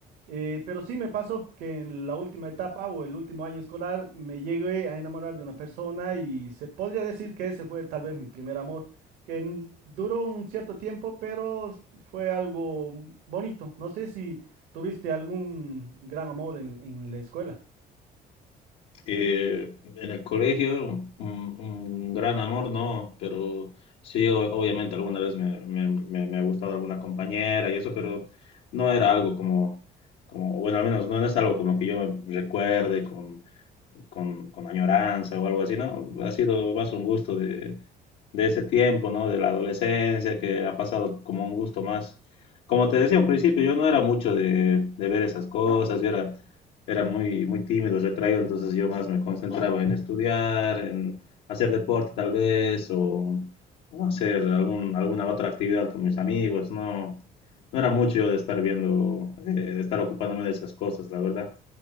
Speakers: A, on the right; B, on the left.
A: Eh, pero sí me pasó que en la última etapa o el último año escolar me llegué a enamorar de una persona y se podría decir que ese fue tal vez mi primer amor, que n- duró un cierto tiempo, pero s- fue algo bonito. No sé si tuviste algún gran amor en, en la escuela.
B: Eh, en el colegio, un, un gran amor, no, pero sí, o- obviamente alguna vez me, me- me- me ha gustado alguna compañera y eso, pero no era algo como, como, bueno, al menos no no es algo como que yo recuerde con, con, con añoranza o algo así, ¿no? Ha sido más un gusto de, de ese tiempo, ¿no? De la adolescencia, que ha pasado como un gusto más. Como te decía al principio, yo no era mucho de, de ver esas cosas, yo era, era muy, muy tímido, retraído, entonces yo más me concentraba en estudiar, en hacer deporte tal vez, o, o hacer algún, alguna otra actividad con mis amigos, no, no era mucho yo de estar viendo, eh, de estar ocupándome de esas cosas, la verdad.